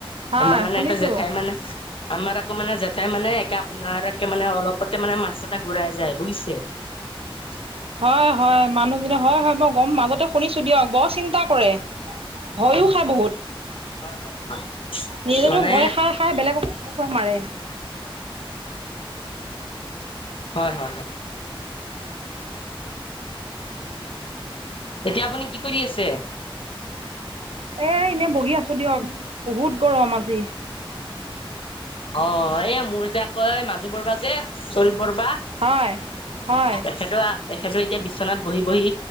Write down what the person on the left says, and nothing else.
আমাৰ মানে,
এটা জেঠাই মানে, আমাৰ আকৌ মানে, জেঠাই মানে, একে আপোনাৰে মানে, অলপতে মানে, মাথা-চাথা এটা ঘূৰাই যায়, বুজিছে! <inaudible>
হয়, হয়,
হয়,
হয়, হয়, হয়।
মানে,
হয়, হয়, হয়। তেতিয়া আপুনি কি কৰি আছে?
অ'! এই, মোৰ যে, আকৌ মাজু <unintelligible>
তেখেতৰ তেখেতৰ এতিয়া বি্বনাত বহি বহি